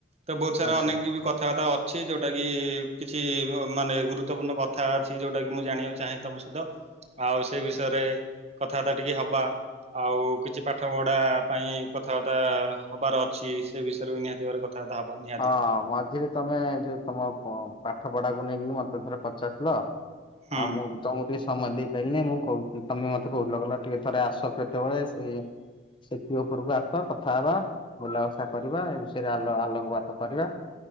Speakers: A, on the right (about 35°); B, on the left (about 25°).
A: ତ ବହୁତ ସାରା
B: ଆଚ୍ଛା।
A: ଅନେକ କଥାବାର୍ତ୍ତା ଅଛି ଯୋଉଟାକି କିଛି ମାନେ ଗୁରୁତ୍ୱପୂର୍ଣ୍ଣ କଥା ଅଛି ଯୋଉଟାକି ମୁଁ ଜାଣିବାକୁ ଚାହେଁ ତମ ସହିତ ଆଉ ସେଇ ବିଷୟରେ କଥାବାର୍ତ୍ତା ଟିକେ ହବା। ଆଉ କିଛି ପାଠ ପଢା ପାଇଁ କଥାବାର୍ତ୍ତା ହବାର ଅଛି ସେ ବିଷୟରେ ବି ନିହାତି ଭାବରେ କଥା ତା ବାର୍ତ୍ତା ହବା ନିହା
B: ହଁ ମଝିରେ ତମେ ଯୋଉ ତମ ପ ପାଠ ପଢାକୁ ନେଇକି ମତେ ଥରେ ପଚାରୁଥିଲ। <unintelligible>
A: ହୁଁ
B: ତମକୁ ଟିକେ ସମୟ ଦେଇପାଇଲିନି ମୁଁ କହୁଥିଲି ତମେ ମତେ କହୁଥିଲ କଲ ଟିକେ ଥରେ ଆସ କେତେବେଳେ ସେ ସେତୁ ଉପରକୁ ଆସ କଥା ହବା ବୁଲାବସା କରିବା ଏ ବିଷ ରେ ଆଲୋ ଆଲୋକ ପାତ କରିବା